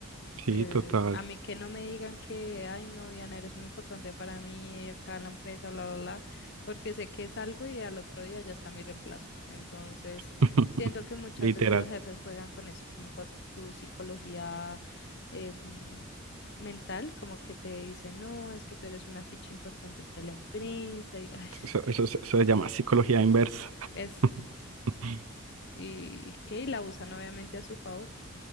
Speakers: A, on the right; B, on the left.
A: Sí,
B: eh,
A: total.
B: a mí que no me digan que, ay, no, Diana, eres muy importante para mí, eh, acá en la empresa, bla, bla, bla, porque sé que es algo y al otro día ya está mi reemplazo. Entonces,
A: <laughs>
B: siento que muchas
A: Literal.
B: veces los jefes juegan con eso, como con tu psicología eh, mm, mental, como que te dicen, no, es que tú eres una ficha importante para la empresa, y ay,
A: Eso, eso se eso se llama psicología inversa.
B: es,
A: <laughs>
B: y, y que, y la usan obviamente a su favor,